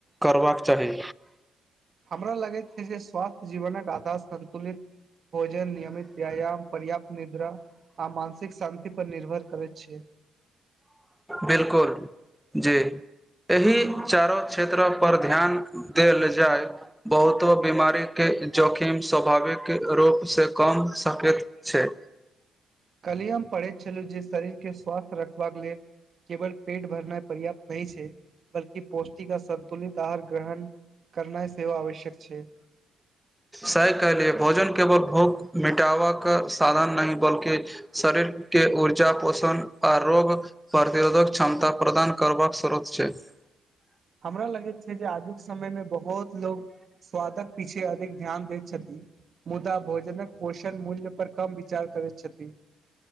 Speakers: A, in the centre; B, on the right (about 50°).
A: करबाक चाही
B: हमरा लगैत छैक जे स्वास्थ्य जीवनक आधार संन्तुलित भोजन नियमित व्यायाम पर्याप्त निंद्रा आ मानसिक शान्ति पर निर्भर करैत छैक
A: बिलकुल जी एहि चारो क्षेत्रऽ पर ध्यान देल जाय बहुतो बीमारीकेँ जोखिम स्वाभाविक रूपसँ कम कय सकैत छै
B: कली हम पढ़ैत छलहुँ जे शरीरके स्वस्थ रखबाक लेल केवल पेट भरनाइ पर्याप्त नै छैक बल्कि पौष्टिक आ संन्तुलित आहार ग्रहण करनाइ सेवा आवश्यक छैय
A: सही कहलियए भोजन केवल भूख मिटावक साधन नहि बल्कि शरीर केँ ऊर्जा पोषण आ रोग प्रतिरोधक क्षमता प्रदान करबाक स्रोत छैक
B: <unintelligible> हमरा लगैत छैक जे आजुक समयमे बहुत लोक स्वादक पीछे अधिक ध्यान दैत छथिन मुदा भोजनक पोषण मूल्य पर कम विचार करैत छथि